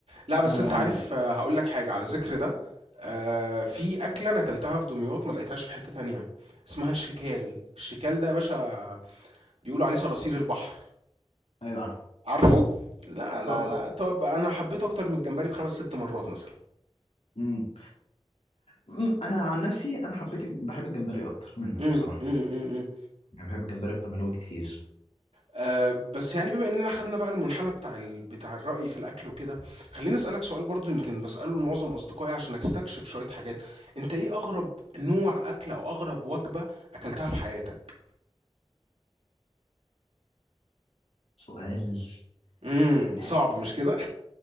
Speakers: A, on the right; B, on the left.
A: لا بس
B: انا
A: انت عارف آه، هقول لك حاجه على ذكر ده آه في اكله انا اكلتها في دمياط ما لقيتهاش في حته تانية اسمها الشكال الشكال ده يا باشا بيقولوا عليه صراصير البحر
B: ايوه عارفه
A: عارفه لا لا
B: <laughs>
A: لا طب انا حبيته اكتر من الجمبري بخمس ست مرات مثلا
B: أمم. أمم، انا عن نفسي انا حبيت بحب الجمبري اكتر منه
A: امم
B: بصراحة
A: امم امم امم.
B: انا بحب الجمبري اكتر من هو كتير
A: آه بس يعني بما اننا خدنا بقى المنحنى بتاع ال... بتاع الرأي في الاكل وكده خليني اسالك سؤال برضو يمكن بساله لمعظم اصدقائي عشان استكشف شوية حاجات انت ايه اغرب نوع اكل او اغرب وجبة اكلتها في حياتك
B: سؤال
A: امم
B: ح-
A: صعب مش كده